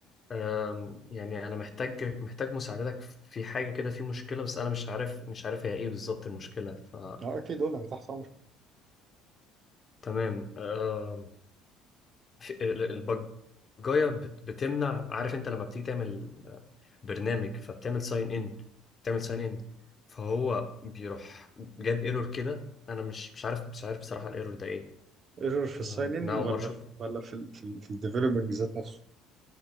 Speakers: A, on the left; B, on the right.
A: آم، يعني انا محتاج محتاج مساعدتك في حاجة كده في مشكلة بس انا مش عارف مش عارف هي ايه بالظبط المشكلة ف
B: اه اكيد قول انا تحت امرك
A: تمام آه البجاية بت- بتمنع عارف انت لما بتيجي تعمل آه، برنامج فبتعمل ساين ان بتعمل ساين ان فهو بيروح جاب ايرور كده انا مش مش عارف مش عارف بصراحة الايرور ده ايه
B: ايرور في
A: آه
B: الساين ان
A: انا اول
B: ولا
A: مرة اشوف
B: في ولا في ال في, ال في الديفلوبمنج ذات نفسه